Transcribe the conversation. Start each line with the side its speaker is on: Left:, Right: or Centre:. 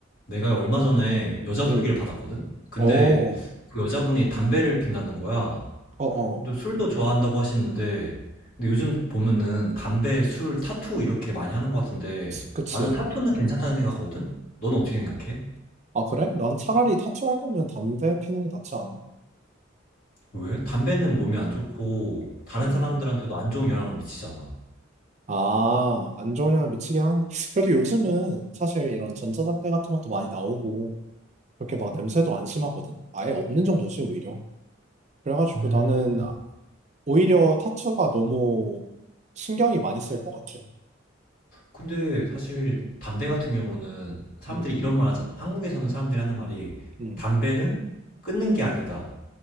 Left: 내가 얼마 전에 여자
Right: 음,
Left: 소개를 받았거든? 근데
Right: 어, 어,
Left: 그 여자분이 담배를 핀다는 거야.
Right: 어,
Left: 근데 술도 좋아한다고 하시는데, 근데 요즘 보면은 담배, 술, 타투 이렇게 많이 하는 것 같은데,
Right: 그치.
Left: 나는 타투는 괜찮다는 생각하거든? 너는 어떻게 생각해?
Right: 아, 그래? 난 차라리 타투 할 거면 담배 피는 게 낫지 않아?
Left: 왜? 담배는 몸에 안 좋고, 다른
Right: 음.
Left: 사람들한테도 안 좋은 영향을 미치잖아.
Right: 아, 안 좋은 영향 미치긴 하는데. 그래도 요즘은 사실 이런 전자담배 같은 것도 많이 나오고, 그렇게 막 냄새도 안 심하거든? 아예 없는 정도지, 오히려. 그래가지고
Left: 음.
Right: 나는 오히려 타투가 너무 신경이 많이 쓸 것 같아.
Left: 근데 사실 담배 같은 경우는 사람들이
Right: 음,
Left: 이런 말 하잖아. 한국에서는 사람들이 하는 말이
Right: 음,
Left: 담배는 끊는 게 아니다.